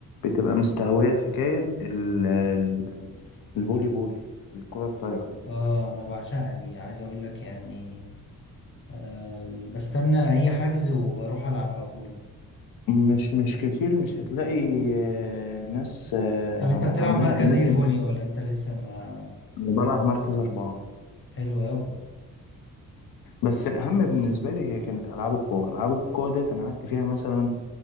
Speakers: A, on the left; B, on the left.
A: بتبقى مستهوية الحكاية ال- ال- الفولي بول الكرة الطايرة
B: اه انا بعشقها دي عايز اقول لك يعني آه بستنى اي حجز وبروح العب على طول
A: مش مش كتير مش هتلاقي آه، ناس آه،
B: طب
A: ع-
B: انت بتلعب
A: عندها
B: مركز
A: أماكن
B: ايه فولي ولا انت لسه ما
A: أنا بلعب مركز أربعة
B: حلو قوي
A: بس الأهم بالنسبة لي هي كانت ألعاب القوى ألعاب القوى ديت أنا قعدت فيها مثلا